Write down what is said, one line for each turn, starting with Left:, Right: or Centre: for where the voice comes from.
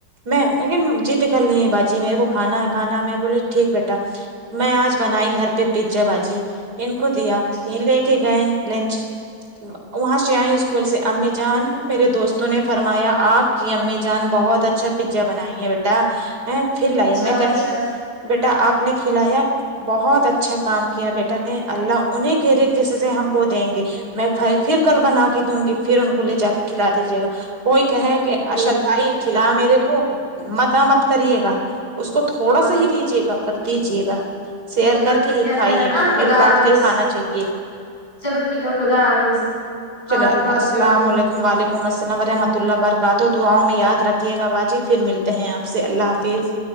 Right: نہیں میں نے جید کرلی ہے باجی میرے کو کھانا ہے کھانا ہے میں بولیے ٹھیک بیٹا میں آج بنائی گھر پہ بنائی پیجا باجی ان کو دیا
Left: اچھا
Right: یہ لے کے گئے لنچ وہاں سے آئے اسکول سے امی جان میرے دوستوں نے فرمایا آپ کی امی جان بہت اچھا پیزا بنائی ہے بیٹا ا پھر لائی
Left: اچھا
Right: میں
Left: اچھا
Right: کہی بیٹا آپ نے کھلایا بہت اچھا کام کیا بیٹا نے اللہ انہیں کے رزق سے ہم کو دیں گے میںائی پھر کل بنا کے دوں گی پھر ان کو لے جا کے کھلا دیجیے گا کوئی کہے کہ
Left: جی
Right: ارشد بھائی کھلا میرے کو متا مت کاریے گا اس کو تھوڑا
Left: ہاں
Right: سا ہی دیجیے گا پر دیجیے گا سیر
Left: چلو
Right: کر
Left: ٹھیک
Right: کے ہی
Left: ہے
Right: کھائیے
Left: تو ہے نا
Right: گا
Left: خدا
Right: مل بانٹ
Left: حافظ
Right: کے کھانا چاہیے
Left: چلو ٹھیک ہے خدا حافظ بعد
Right: چلے
Left: میں بات
Right: السلام
Left: کرتی
Right: علیکم وعلیکم السلام و رحمۃ اللہ برکاتہ دعاؤں میں یاد رکھیے گا باجی پھر ملتے ہیں آپ سے اللہ حافظ